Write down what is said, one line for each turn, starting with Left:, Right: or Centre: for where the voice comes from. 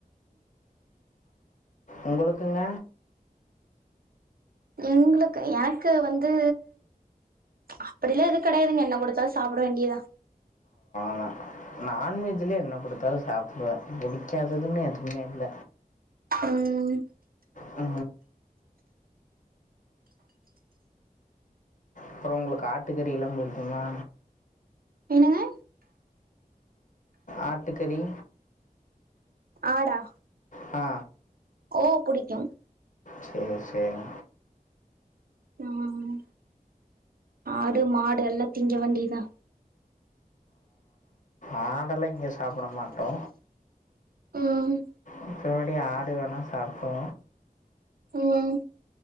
Left: உங்களுக்குங்க
Right: எங்களுக்கு எனக்கு வந்து அப்புடிலா எது கெடையாதுங்க என்ன கொடுத்தாலு சாப்புட வேண்டியதா
Left: அ நான்வெஜ்ஜில என்ன குடுத்தாலு சாப்டுவே ம் புடிச்சாததுன்னு எதுமே இல்ல
Right: ம்
Left: அ அப்றோ உங்குளுக்கு ஆட்டுக்கறில்லாம் புடிக்குமா
Right: என்னங்க
Left: ஆட்டுக்கறி
Right: ஆடா
Left: ஆ
Right: ஓ புடிக்கு
Left: சேரி சேரி
Right: ம் ஆடு மாடு எல்லா திங்க வேண்டிதா
Left: ஆடல்லா இங்க சாப்புட மாட்டோ
Right: ம்
Left: மித்தபடி ஆடு வேணா சாப்டோ
Right: ம்